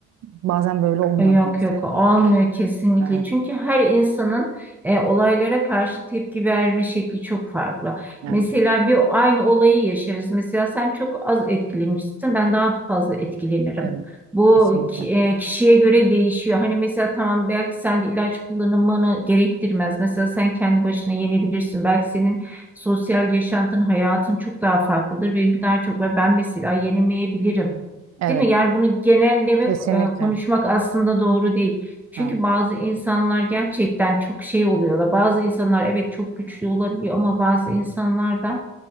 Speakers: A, on the right (about 60°); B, in the centre.
A: Bazen böyle olmuyor
B: E, Yok
A: maalesef.
B: yok olmuyor kesinlikle
A: Evet,
B: çünkü her insanın e, olaylara karşı tepki verme şekli çok farklı.
A: evet,
B: Mesela bir aynı olayı yaşarız. Mesela sen çok az etkilenirsin, ben daha fazla etkilenirim.
A: evet.
B: Bu
A: Kesinlikle.
B: ki- e, kişiye göre değişiyor. Hani mesela tamam belki sen de ilaç kullanımını gerektirmez. Mesela sen kendi başına yenebilirsin. Belki senin sosyal yaşantın, hayatın çok daha farklıdır. Benimki daha çok var. Ben mesela yenemeyebilirim.
A: Evet,
B: Değil mi? Yani bunu genellemek,
A: kesinlikle.
B: e, konuşmak aslında doğru değil. Çünkü
A: Ha,
B: bazı insanlar gerçekten çok şey oluyorlar. Bazı insanlar evet çok güçlü olabiliyor ama bazı insanlar da